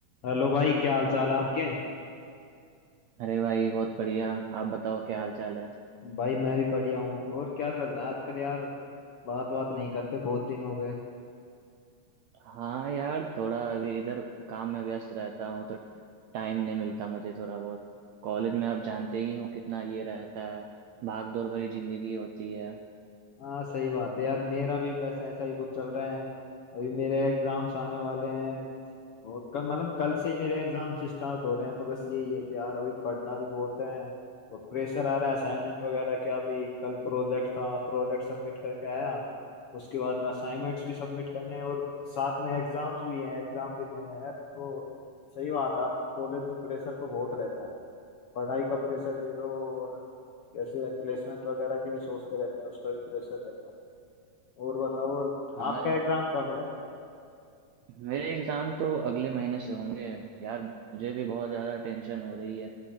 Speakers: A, on the left; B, on the right.
A: Hello भाई क्या हाल चाल है आपके
B: अरे भाई बहुत बढ़िया आप बताओ क्या हाल चाल है
A: भाई मैं भी बढ़िया हूँ और क्या चल रहा है आजकल यार बात बात नहीं करते बहुत दिन हो गए
B: हाँ यार थोड़ा अभी इधर काम में व्यस्त रहता हूँ तो टाइम नहीं मिलता मुझे थोड़ा बहुत कॉलेज में आप जानते ही हो कितना ये रहता है भाग दौड़ भरी जिंदगी होती है
A: हाँ सही बात है यार मेरा भी बस ऐसा ही कुछ चल रहा है अभी मेरे एग्जाम्स आने वाले हैं और कल मतलब कल से ही मेरे एग्जाम्स स्टार्ट हो रहे हैं तो बस यही है कि यार अभी पढ़ना भी बहुत है और प्रेशर आ रहा है असाइनमेंट वगैरह का अभी कल प्रोजेक्ट था प्रोजेक्ट सबमिट करके आया उसके बाद में असाइनमेंट्स भी सबमिट करने हैं और साथ में एग्जाम्स भी हैं एग्जाम भी देना है यार तो सही बात है आप कॉलेज में प्रेशर तो बहुत रहता है पढ़ाई का प्रेशर दे लो और जैसे प्लेसमेंट वगैरह की भी सोचते रहते हैं उसका भी प्रेशर रहता है और बताओ और
B: हाँ
A: आपका एग्जाम कब है
B: मेरे एग्जाम तो अगले महीने से होंगे यार मुझे भी बहुत ज़्यादा टेंशन हो रही है